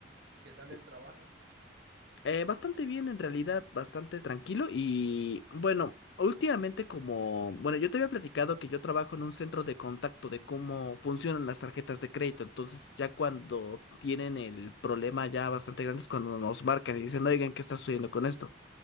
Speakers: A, on the right; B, on the left.
A: ¿Qué tal
B: <laughs>
A: el trabajo?
B: Sí. Eh, bastante bien, en realidad, bastante tranquilo y bueno, últimamente como, bueno, yo te había platicado que yo trabajo en un centro de contacto de cómo funcionan las tarjetas de crédito, entonces ya cuando tienen el problema ya bastante grande es cuando nos marcan y dicen, oigan, ¿qué está sucediendo con esto?